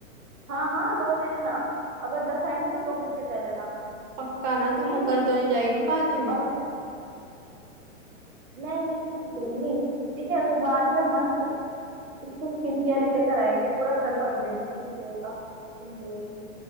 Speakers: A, on the right; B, on the right.
A: हाँ हाँ दो ले लेना अगर दस आएंगे तो दो बिस्किट ले लेना
B: पक्का ना तू
A: ठीक
B: मुकर
A: है
B: तो नहीं जाएगी बाद में
A: और फिर नहीं नहीं नहीं करूंगी ठीक है फिर बाद में मस्त उससे स्किन केयर ही लेकर आएंगे पूरा घर भर देंगे स्किन केयर का स्किन केयर से